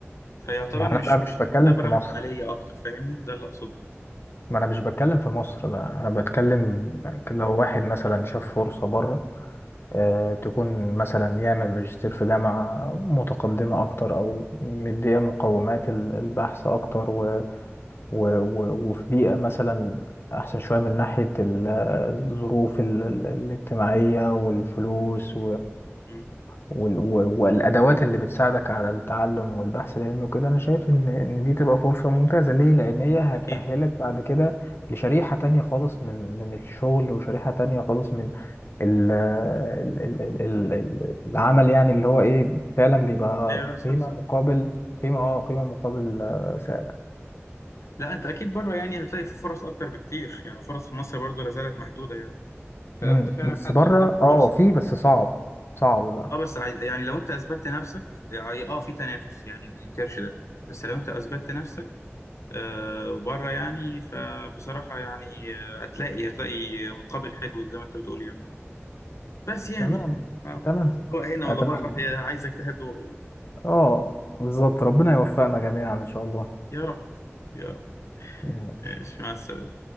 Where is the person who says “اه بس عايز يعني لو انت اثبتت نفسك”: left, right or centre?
Left